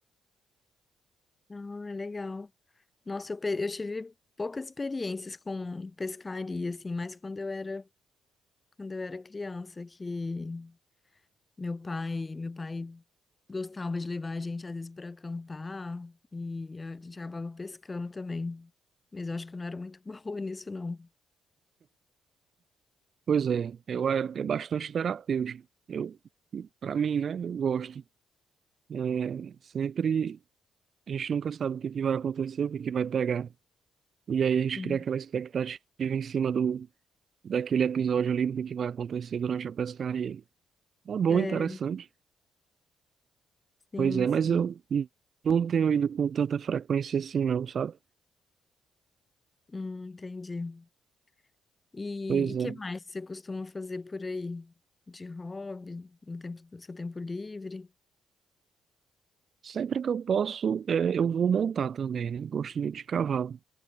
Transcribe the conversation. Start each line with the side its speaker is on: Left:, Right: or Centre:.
Left: Ah, é legal. Nossa, eu, pe- eu tive poucas experiências com pescaria, assim, mas quando eu era, quando eu era criança, que meu pai, meu pai gostava de levar a gente às vezes para acampar e a gente acabava pescando também. Mas eu acho que eu não era muito <laughs> boa nisso, não.
Right: Pois é, eu, é, é bastante terapêutico. Eu, para mim, né? Eu gosto. É, sempre. A gente nunca sabe o que que vai acontecer, o que que vai pegar. E aí a gente
Left: Hum.
Right: cria aquela expectativa em cima do, daquele episódio ali, do que que vai acontecer durante a pescaria. Tá bom,
Left: É,
Right: interessante.
Left: sim,
Right: Pois é,
Left: sim.
Right: mas eu não tenho ido com tanta frequência assim não, sabe?
Left: Hum, entendi. E,
Right: Pois
Left: e que
Right: é.
Left: mais você costuma fazer por aí? De hobby, no tempo, no seu tempo livre?
Right: Sempre que eu posso, é, eu vou montar também, né? Gosto muito de cavalo.